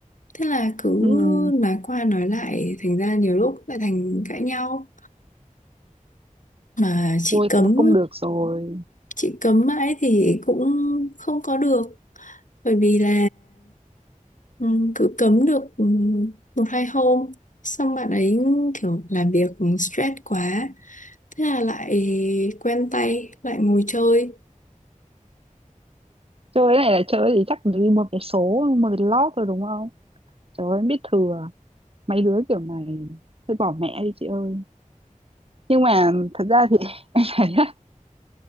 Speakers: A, on the left (about 65°); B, on the right (about 45°).
A: thế là cứ
B: Ừm,
A: nói qua nói lại thành ra nhiều lúc lại thành cãi nhau mà chị
B: ui
A: cấm
B: thì không được rồi
A: chị cấm mãi thì cũng không có được bởi vì là ừm, cứ cấm được ừm, một hai hôm xong bạn ấy kiểu làm việc stress quá thế là lại quen tay lại ngồi chơi
B: chơi cái này là chơi thì chắc phải đi một vé số một vé lót rồi đúng không trời ơi em biết thừa mấy đứa kiểu này thôi bỏ mẹ đi chị ơi nhưng mà thật ra thì <laughs> đấy á,